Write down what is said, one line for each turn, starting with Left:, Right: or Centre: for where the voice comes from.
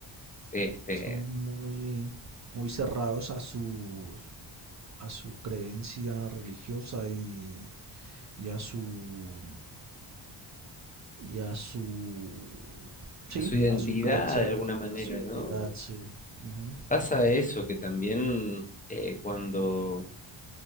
Left: este,
Right: Son muy, muy cerrados a su, a su creencia religiosa y, y a su y a su, sí,
Left: a su identidad
Right: a su creencia,
Left: de
Right: rel-
Left: alguna manera,
Right: a su identidad,
Left: ¿no?
Right: sí. Ujú.
Left: Pasa eso, que también eh, cuando,